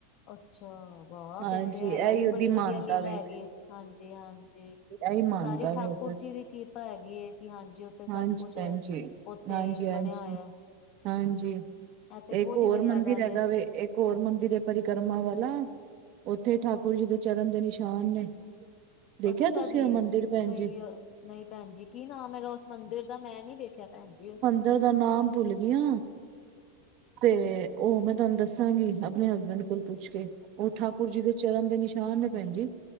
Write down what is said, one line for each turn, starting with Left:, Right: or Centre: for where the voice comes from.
Left: ਅੱਛਾ ਵਾਹ!
Right: ਹਾਂਜੀ
Left: ਫਿਰ ਤੇ ਇਹ
Right: ਇਹੀ
Left: ਵੀ
Right: ਉਹਦੀ
Left: ਬੜੀ ਵਧੀਆ
Right: ਮਾਨਤਾ
Left: ਲੀਲਾ
Right: ਵੇ
Left: ਹੈਗੀ, ਹਾਂਜੀ, ਹਾਂਜੀ।
Right: ਇਹੀ ਮਾਨਤਾ
Left: ਸਾਰੇ ਠਾਕੁਰ
Right: ਵੇ ਉੱਧਰ
Left: ਜੀ ਦੀ ਕਿਰਪਾ ਹੈਗੀ ਹੈ, ਕਿ ਹਾਂਜੀ ਉੱਥੇ ਸਭ
Right: ਹਾਂਜੀ
Left: ਕੁਛ
Right: ਭੈਣ ਜੀ
Left: ਉੱਥੇ
Right: ਹਾਂਜੀ ਹਾਂਜੀ
Left: ਬਣਿਆ ਹੋਇਆ,
Right: ਹਾਂਜੀ
Left: ਇਹ ਤੇ ਬਹੁਤ
Right: ਇੱਕ ਹੋਰ
Left: ਹੀ ਵਧੀਆ
Right: ਮੰਦਿਰ
Left: ਗੱਲ
Right: ਹੈਗਾ
Left: ਏ।
Right: ਇੱਕ ਹੋਰ ਮੰਦਿਰ ਪਰਿਕਰਮਾ ਵਾਲਾ, ਉੱਥੇ ਠਾਕੁਰ ਜੀ ਦੇ ਚਰਨ ਦੇ ਨਿਸ਼ਾਨ ਨੇ ਦੇਖਿਆ
Left: ਅੱਛਾ
Right: ਤੁਸੀਂ
Left: ਜੀ
Right: ਉਹ ਮੰਦਿਰ? ਭੈਣ
Left: ਨਹੀਂ,
Right: ਜੀ,
Left: ਨਹੀਂ ਭੈਣ ਜੀ, ਕੀ ਨਾਮ ਹੈਗਾ ਉਸ ਮੰਦਿਰ ਦਾ, ਮੈਂ ਨੀ ਵੇਖਿਆ ਭੈਣ ਜੀ
Right: ਉਹਦਾ ਨਾਮ ਭੁੱਲ ਗਈ ਆ। ਤੇ ਉਹ ਮੈਂ ਤੁਹਾਨੂੰ ਦੱਸਾਂਗੀ, ਆਪਣੇ ਹਸਬੈਂਡ ਕੋਲ ਪੁੱਛ ਕੇ ਉਹ ਠਾਕੁਰ ਜੀ ਦੇ ਚਰਨ ਦੇ ਨਿਸ਼ਾਨ ਨੇ, ਭੈਣ ਜੀ।